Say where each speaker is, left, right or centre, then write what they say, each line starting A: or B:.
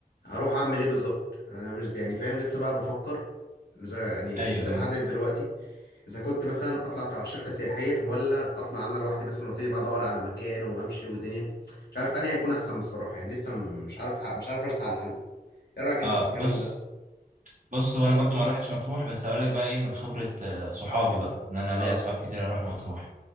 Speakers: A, on the left (about 85°); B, on the right (about 55°).
A: اروح اعمل ايه بالظبط انا مش يعني فاهم لسه بقى بفكر زي يعني
B: ايوه
A: لسه
B: ايوه
A: بحدد دلوقتي اذا كنت مثلا اطلع تبع شركة سياحية ولا اطلع انا لوحدي مثلا وابتدي بقى ادور على مكان وامشي والدنيا مش عارف انهي هيكون احسن بصراحة يعني لسه مش عارف مش عارف ارسى على حل ايه رأيك انت
B: اه
A: في الكلام
B: بص
A: ده
B: بص هو انا برضو ما روحتش مطروح بس هقول لك بقى ايه من خبره آه، صحابي بقى ان انا ليا
A: اه
B: صحاب كتير اروح مطروح